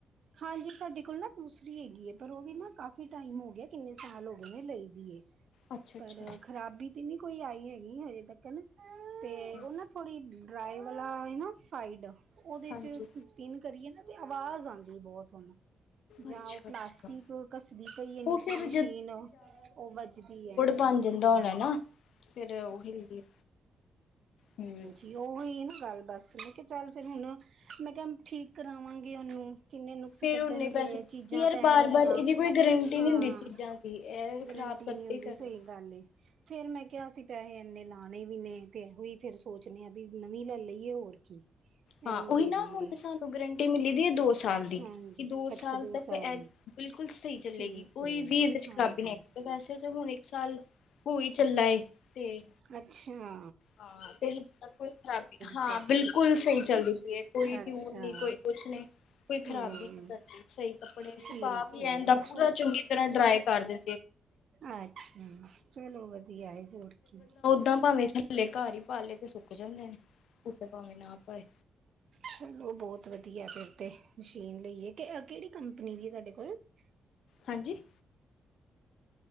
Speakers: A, on the right; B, on the left.
A: ਹਾਂਜੀ, ਸਾਡੇ ਕੋਲ ਨਾ ਦੂਸਰੀ ਹੈਗੀ ਏ। ਪਰ ਉਹ ਵੀ ਨਾ ਕਾਫੀ ਟਾਈਮ ਹੋ ਗਿਆ ਕਿੰਨੇ ਸਾਲ ਹੋ ਗਏ ਨੇ ਲਈ ਦੀ ਏ,
B: ਅੱਛਾ
A: ਪਰ
B: ਅੱਛਾ
A: ਖ਼ਰਾਬੀ ਤੇ ਨੀ ਕੋਈ ਆਈ ਹੈਗੀ ਹਜੇ ਤੱਕਨ ਤੇ
B: ਅੱਛਾ
A: ਉਹਨਾਂ ਡਰਾਈ ਵਾਲਾ ਏ ਨਾ ਸਾਈਡ ਉਹਦੇ
B: ਹਾਂਜੀ
A: ਚ ਕੁਝ ਪਿੰਨ ਕਰੀਏ ਨਾ ਤੇ ਆਵਾਜ਼ ਆਂਦੀ ਏ ਬਹੁਤ ਹੁਣ ਜਾਂ
B: ਅੱਛਾ
A: ਉਹ ਪਲਾਸਟਿਕ
B: ਅੱਛਾ
A: ਘੱਸਦੀ ਪਈ ਏ
B: ਉਹ
A: ਨੀਚੋ
B: ਫਿਰ
A: ਮਸ਼ੀਨ, ਉਹ ਵੱਜਦੀ ਐ
B: ਬਨ ਜਾਂਦਾ ਹੋਣਾ ਨਾ, ਫੇਰ ਉਹ ਹਿਲਦੀ ਏ, ਹੂੰ
A: ਏ ਉਹੀ ਐ ਨਾ ਗੱਲ ਬਸ ਮੈਂ ਕਿਹਾ ਚੱਲ ਫਿਰ ਹੁਣ, ਮੈਂ ਕਿਹਾ ਠੀਕ ਕਰਾਵਾਗੀ ਉਹਨੂੰ ਕਿੰਨੇ ਨੁਕਸ
B: ਫਿਰ
A: ਕੱਢਣਗੇ
B: ਓਨੇ ਪੈਸੇ
A: ਚੀਜ਼ਾਂ
B: ਯਾਰ
A: ਪੈਣਗੀਆਂ
B: ਬਾਰ-ਬਾਰ ਇਹਦੀ ਕੋਈ ਗਰੰਟੀ
A: ਹਾਂ।
B: ਨਹੀਂ ਹੁੰਦੀ ਚੀਜ਼ਾਂ ਦੀ ਇਹ ਖ਼ਰਾਬ
A: ਗਰੰਟੀ
B: ਕਰਦੇ
A: ਨਈ ਹੁੰਦੀ
B: ਹੀ ਕਰਦੇ।
A: ਸਹੀ ਗੱਲ ਏ ਫੇਰ, ਮੈਂ ਕਿਹਾ ਅਸੀ ਪੈਹੇ ਇੰਨੇ ਲਾਣੇ ਵੀ ਨੇ ਤੇ ਇਹੋ ਹੀ ਫਿਰ ਸੋਚਨੇ ਆ ਵੀ ਨਵੀਂ ਲੈ ਲਈਏ ਹੋਰ ਕੀ ਇਹਨੂੰ
B: ਹਾਂ ਉਹੀ
A: ਦੇ
B: ਨਾ
A: ਦਾਂਗੇ।
B: ਹੁਣ ਸਾਨੂੰ ਗਰੰਟੀ ਮਿਲੀ ਦੀ ਏ ਦੋ ਸ ਸਾਲ ਦੀ ਕਿ
A: ਹਾਂਜੀ
B: ਦੋ
A: ਅੱਛਾ
B: ਸਾਲ ਤੱਕ ਇਹ
A: ਦੀ
B: ਬਿਲਕੁਲ ਸਹੀ ਚੱਲੇਗੀ
A: ਠੀਕ
B: ਕੋਈ
A: ਏ
B: ਵੀ ਇਹਦੇ ਚ
A: ਹਾਂਜੀ
B: ਖਰਾਬੀ ਨਹੀਂ ਵੈਸੇ ਤੇ ਹੁਣ ਇੱਕ ਸਾਲ ਹੋਈ ਚੱਲਾ ਏ, ਤੇ
A: ਅੱਛਿਆ
B: ਹਾਂ, ਤੇ ਹੁਣ ਤੱਕ ਕੋਈ ਖਰਾਬੀ, ਹਾਂ
A: ਚ
B: ਬਿਲਕੁਲ ਸਹੀ ਚੱਲਦੀ ਪਈ ਏ ਕੋਈ
A: ਅੱਛਾ
B: ਟਿਊਨ ਨੀ ਕੋਈ ਕ ਨਹੀਂ ਕੋਈ ਖ਼ਰਾਬੀ
A: ਹਮ
B: ਨ ਕਰਦੀ, ਸਹੀ ਕੱਪੜੇ
A: ਠੀਕ
B: ਸੂਕਾ ਵੀ
A: ਏ
B: ਇਜ ਦਾ
A: ਅੱਛਾ,
B: ਪੂਰਾ, ਚ ਚੰਗੀ ਤਰ੍ਹਾਂ ਡਰਾਈ ਕਰਦੀ।
A: ਅੱਛਾ, ਚਲੋ ਵਧੀਆ ਹੈ, ਹੋਰ ਕੀ।
B: ੳਹ ਦਾ ਭਾਵੇਂ ਥੱਲੇ ਘਰ ਹੀ ਪਾ ਲਏ, ਤੇ ਸੁੱਕ ਜਾਂਦੇ ਨੇ ੳਪਰ ਭਾਵੇਂ ਨਾ ਪਾਏ।
A: ਚਲੋ ਬਹੁਤ ਵਧੀਆ ਫਿਰ ਤੇ ਮਸ਼ੀਨ ਲਈ ਐ ਕਿਹੜੀ ਕੰਪਨੀ ਦੀ ਤੁਹਾਡੇ ਕੋਲ, <unintelligible>
B: ਹਾਂਜੀ।